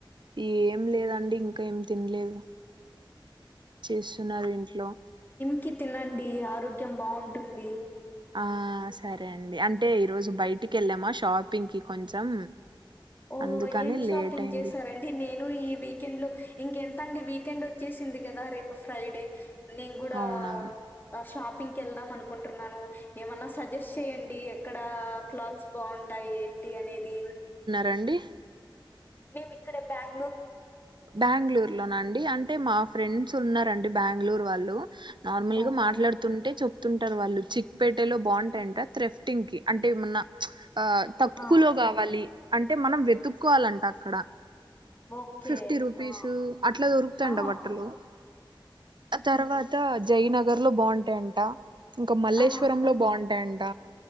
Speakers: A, on the right (about 60°); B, on the left (about 25°).
A: ఏం లేదండి ఇంకా ఏం తినలేదు చేస్తున్నారు ఇంట్లో
B: కి తినండి ఆరోగ్యం బాగుంటుంది
A: ఆ సరే అండి అంటే ఈరోజు బయటికి వెళ్ళామా షాపింగ్కి కొంచెం
B: ఓ
A: అందుకని
B: ఏం షాపింగ్
A: లేట్ అయింది
B: చేస్తారండి నేను ఈ వీక్ వీకెండ్ లో ఇంకెంత అండి వీకెండ్ వచ్చేసింది కదా రేపు ఫ్రైడే నేను కూడా
A: అవునవును
B: ఆ షాప్ పింక్ వెళదాం అనుకుంటున్నాను ఏమన్నా సజెస్ట్ చేయండి ఎక్కడ క్లాత్స్ బాగు ఉంటాయి ఏంటి అనేది
A: రండి
B: మేము ఇక్కడే బ్యాం
A: బెంగళూరు లోనండి అంటే మా ఫ్రెండ్స్ ఉన్నారండి బెంగళూరు వాళ్ళు నార్మల్
B: ఓకే
A: గా మాట్లాడుతుంటే చెప్తు టారు వాళ్ళు చిక్పేటెలో బాగుంటాయంట త్రెఫ్టింగ్ కి అంటే ఏమన్నా ఆ తక్కువలో
B: ఆ
A: కావాలి అంటే మనం వెతుక్కోవాలంట అక్కడ
B: ఓకే
A: ఫిఫ్టీ రూపీసు
B: ఆ
A: అట్లా దొరుకుతాండ
B: ఆ
A: బట్టలు ఆ తర్వాత జయనగర్ లో బాగుంటాయంట ఇంకా మల్లేశ్వరం
B: ఆ
A: లో బాగుంటాయంట